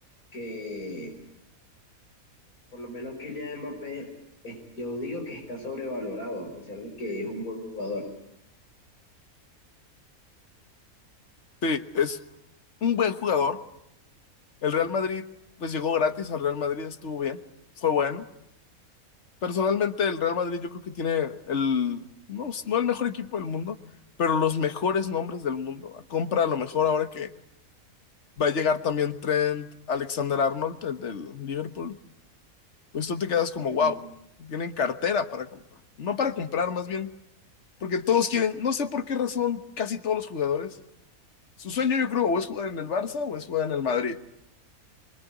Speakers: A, on the left; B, on the left.
A: que por lo menos Kylian Mbappé, es- yo digo que está sobrevalorado a pesar de que es un buen jugador.
B: Sí, es un buen jugador. El Real Madrid, pues llegó gratis al Real Madrid, estuvo bien, fue bueno. Personalmente, el Real Madrid yo creo que tiene el, no, no el mejor equipo del mundo, pero los mejores nombres del mundo. Compra a lo mejor ahora que va a llegar también Trent Alexander-Arnold, el del Liverpool. Pues tú te quedas como,
A: Ok,
B: wow, tienen cartera para comprar. No para comprar, más bien, porque todos quieren, no sé por qué razón, casi todos los jugadores. Su sueño yo creo o es jugar en el Barça o es jugar en el Madrid.